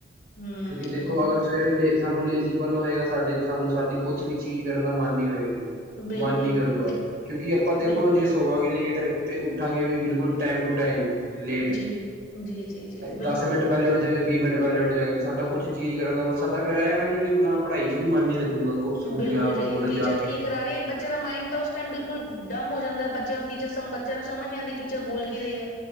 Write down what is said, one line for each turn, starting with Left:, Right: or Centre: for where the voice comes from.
Left: ਹਮ
Right: ਕਿਉਂਕਿ, ਦੇਖੋ ਅਗਰ ਸਵੇਰੇ ਸਾਨੂੰ ਲੇਜ਼ੀਪਨ ਹੋਏਗਾ, ਸਾਡੇ ਚ ਸਾਨੂੰ ਸਾਡੀ ਕੁਛ ਵੀ, ਚੀਜ਼ ਕਰਨ ਦਾ ਮਨ ਨ ਹੋਏਗੀ
Left: ਬਿਲਕੁਲ
Right: ਮਨ ਨੀ ਕਰੂਗਾ,
Left: ਦੇਖੋ
Right: ਕਿਉਂਕਿ, ਆਪਾਂ
Left: ਬਿਲਕੁਲ
Right: ਦੇਖੋ ਜੇ ਸੋਵਾਂਗੇ ਲੇਟ ਤੇ ਉੱਠਾਂਗੇ ਵੀ ਬਿਲਕੁਲ, ਟਾਈਮ ਟੂ ਟਾਈਮ ਲੇਟ
Left: ਜੀ ਜੀ ਜੀ ਜੀ ਬਿਲਕੁਲ
Right: ਦਸ ਮਿੰਟ ਪਹਿਲੇ ਜਾਂਗੇ ਵੀਹ ਮਿੰਟ ਪਹਿਲੇ ਉੱਠ ਜਾਏਗੇ, ਸਾਡਾ ਕੁਛ ਚੀਜ਼ ਕਰਨ ਦਾ ਸਾਡਾ ਫਿਰ, ਇਹ ਹੈ ਨਾ ਵੀ ਆਪਣਾ ਪੜਾਈ ਚ, ਵੀ ਮਨ ਨੀ ਲੱਗਾ ਹੋਊਗਾ, ਕ ਸਕੂਲ
Left: ਬਿਲਕੁਲ
Right: ਜਾ
Left: ਜੀ
Right: ਕੇ ਕੋਲਜ
Left: ਟੀਚਰ
Right: ਜਾ ਕੇ
Left: ਕੀ ਕਰਾ ਰ ਬੱਚੇ ਦਾ ਮਾਈੰਡ ਤਾਂ, ਉਸ ਟਾਈਮ ਬਿਲਕੁਲ ਡਮ ਹੋ ਜਾਂਦਾ, ਬੱਚੇ ਨੂੰ ਟੀਚਰ ਬੱਚੇ ਨੂੰ ਸਮਝ ਨਹੀਂ ਆਂਦੀ ਟੀ ਟੀਚਰ ਬੋਲ ਕੀ ਰਹੀ ਐ